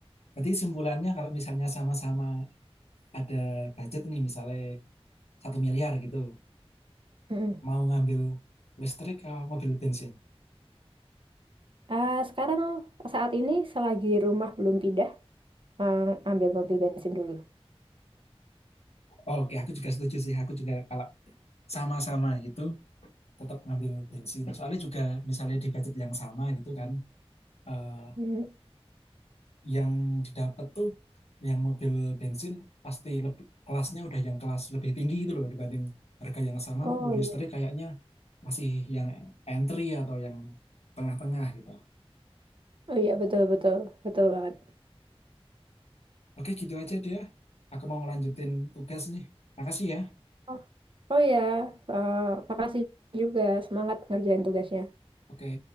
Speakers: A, on the left; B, on the right.
A: Berarti simpulannya kalau misalnya sama-sama ada budget nih, misalnya satu miliar gitu,
B: Mm-mm.
A: mau ngambil listrik atau mobil bensin?
B: Ah, sekarang saat ini selagi rumah belum pindah, ah, ambil mobil bensin dulu.
A: Oke, aku juga setuju sih. Aku juga kalau sama-sama gitu, tetap ngambil bensin. Soalnya juga misalnya di budget yang sama gitu kan, eh,
B: Mm.
A: yang didapat tuh yang mobil bensin pasti lebih kelasnya udah yang kelas lebih tinggi gitu loh dibanding harga yang sama
B: Oh
A: mobil
B: iya,
A: listrik kayaknya masih yang entry atau yang tengah-tengah gitu.
B: oh iya betul betul betul banget.
A: Oke, gitu aja dia. Aku mau ngelanjutin tugas nih. Makasih ya.
B: Oh, oh iya, Ah, makasih juga semangat ngerjain tugasnya.
A: Oke.